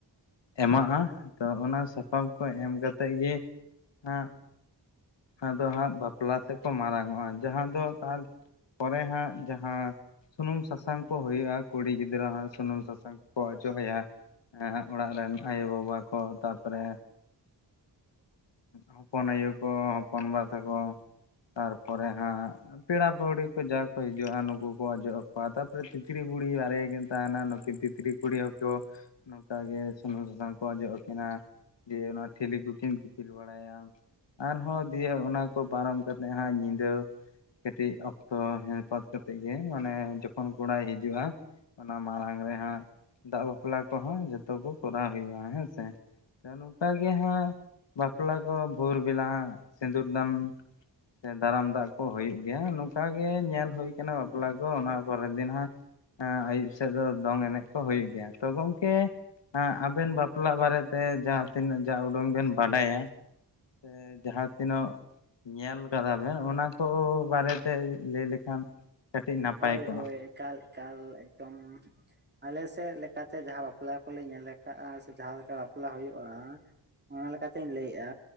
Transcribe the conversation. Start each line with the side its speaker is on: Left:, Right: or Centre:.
Left: ᱮᱢᱟᱜᱼᱟ ᱛᱚ ᱚᱱᱟ ᱥᱟᱯᱟᱵ ᱠᱚ ᱮᱢ ᱠᱟᱛᱮᱫ ᱜᱮ ᱦᱟᱸᱜ ᱟᱫᱚ ᱦᱟᱸᱜ ᱵᱟᱯᱞᱟ ᱥᱮᱫ ᱠᱚ ᱢᱟᱨᱟᱝ ᱚᱜᱼᱟ ᱡᱟᱦᱟᱸ ᱫᱚ ᱛᱟᱨᱼᱼ ᱯᱚᱨᱮ ᱦᱟᱸᱜ ᱡᱟᱦᱟᱸᱼᱼ ᱥᱩᱱᱩᱢ ᱥᱟᱥᱟᱝ ᱠᱚ ᱦᱩᱭᱩᱜᱼᱟ ᱠᱩᱲᱤ ᱜᱤᱫᱽᱨᱟᱹ ᱦᱟᱸᱜ ᱥᱩᱱᱩᱢ ᱥᱟᱥᱟᱝ ᱠᱚᱠᱚ ᱚᱡᱚᱜ ᱟᱭᱟ᱾ ᱦᱮ ᱚᱲᱟᱜ ᱨᱮᱱ ᱟᱭᱳ ᱵᱟᱵᱟ ᱠᱚ ᱛᱟᱨᱯᱚᱨᱮ᱾
Right: <inaudible>
Left: ᱦᱚᱯᱚᱱ ᱟᱭᱩ ᱠᱚ ᱦᱚᱯᱚᱱ ᱵᱟ ᱛᱟ ᱠᱚ᱾ ᱛᱟᱨᱯᱚᱨᱮ ᱦᱟᱸᱜᱼᱼ ᱯᱮᱲᱟ ᱯᱟᱹᱲᱦᱤ ᱠᱚ ᱡᱟ ᱠᱚ ᱦᱤᱡᱩᱜᱼᱟ ᱱᱩᱠᱩ ᱠᱚ ᱚᱡᱚᱜ ᱟᱠᱚᱣᱟ ᱛᱟᱯᱚᱨᱮ ᱛᱤᱛᱨᱤ ᱵᱩᱲᱦᱤ ᱵᱟᱨᱮ ᱠᱤᱱ ᱛᱟᱦᱮᱱᱟ ᱱᱩᱠᱤᱱ ᱛᱤᱛᱨᱤᱼᱼ ᱠᱩᱲᱤ ᱦᱚᱠᱚ ᱱᱚᱝᱠᱟ ᱜᱮ ᱥᱩᱱᱩᱢ ᱥᱟᱥᱟᱝ ᱠᱚ ᱚᱡᱚᱜ ᱟᱹᱠᱤᱱᱟ ᱡᱮ ᱚᱱᱟᱼᱼ ᱴᱷᱤᱞᱤ ᱠᱚᱠᱤᱱ ᱫᱤᱯᱤᱞ ᱵᱟᱲᱟᱭᱟᱢ ᱟᱨᱦᱚᱸ ᱫᱤᱭᱮ ᱚᱱᱟ ᱠᱚ ᱯᱟᱨᱚᱢ ᱠᱟᱛᱮᱼᱼ ᱧᱤᱫᱟᱹ ᱠᱟᱹᱴᱤᱡ ᱚᱠᱛᱚ ᱦᱮᱯᱟᱛ ᱠᱟᱛᱮᱫ ᱜᱮ ᱢᱟᱱᱮ ᱡᱚ ᱠᱷᱚᱱᱼᱼ ᱠᱚᱲᱟᱭ ᱦᱤᱡᱩᱜᱼᱟ ᱚᱱᱟ ᱢᱟᱲᱟᱝ ᱨᱮ ᱦᱟᱸᱜ ᱫᱟᱜ ᱵᱟᱯᱞᱟ, ᱠᱚᱦᱚᱸ ᱡᱚᱛᱚ ᱠᱚ ᱠᱚᱨᱟᱣ ᱦᱩᱭᱩᱜᱼᱟ ᱦᱮᱸ ᱥᱮ᱾ ᱛᱚ ᱱᱚᱝᱠᱟ ᱜᱮ ᱦᱟᱸᱜ ᱵᱟᱯᱞᱟ ᱠᱚ ᱵᱷᱳᱨ ᱵᱮᱞᱟ ᱦᱜ ᱥᱤᱸᱫᱩᱨ ᱫᱟᱱ᱾ ᱥᱮ ᱫᱟᱨᱟᱢ ᱫᱟᱜ ᱠᱚ ᱦᱩᱭᱩᱜ ᱜᱮᱭᱟ ᱱᱚᱝᱠᱟ ᱜᱮ ᱧᱮᱞ ᱦᱩᱭ ᱠᱟᱱᱟ ᱵᱟᱯᱞᱟ ᱠᱚ ᱚᱱᱟ ᱯᱚᱨᱮ ᱫᱤᱱ ᱦᱟᱸᱜᱼᱼ ᱟᱹᱭᱩᱵ ᱥᱮᱫ ᱫᱚ ᱫᱚᱝ ᱮᱱᱮᱡ ᱠᱚ ᱦᱩᱭᱩᱜ ᱜᱮᱭᱟ ᱛᱚ ᱜᱚᱢᱠᱮᱼᱼ ᱦ ᱟᱵᱮᱱ ᱵᱟᱯᱞᱟ ᱵᱟᱨᱮᱛᱮ ᱡᱟᱦᱟᱸ ᱛᱤᱱᱟᱹᱜ ᱡᱟ ᱩᱰᱩᱝ ᱵᱮᱱ ᱵᱟᱰᱟᱭᱟ? ᱥᱮ ᱡᱟᱦᱟᱸ ᱛᱤᱱᱟᱹᱜ ᱧᱮᱞᱼᱼ ᱠᱟᱫᱟ ᱵᱮᱱ ᱚᱱᱟ ᱠᱚ ᱵᱟᱨᱮᱛᱮ ᱞᱟᱹᱭ ᱞᱮᱠᱷᱟᱱ? ᱠᱟᱹᱴᱤᱡ ᱱᱟᱯᱟᱭ
Right: ᱦᱳᱭ
Left: ᱠᱚᱜᱼᱟ
Right: ᱦᱳᱭ, ᱮᱠᱟᱞ ᱮᱠᱟᱞ, ᱮᱠᱫᱚᱢ ᱾ ᱟᱞᱮ ᱥᱮᱫ ᱞᱮᱠᱟᱛᱮ ᱡᱟᱦᱟᱸ ᱵᱟᱯᱞᱟ ᱠᱚᱞᱮ ᱧᱮᱞ ᱟᱠᱟᱜᱼᱟ ᱥᱮ ᱡᱟᱦᱟᱸ ᱞᱮᱠᱟ ᱵᱟᱯᱞᱟ ᱦᱩᱭᱩᱜᱼᱟ, ᱚᱱᱟ ᱞᱮᱠᱟᱛᱤᱧ ᱞᱟᱹᱭᱮᱜᱼᱟ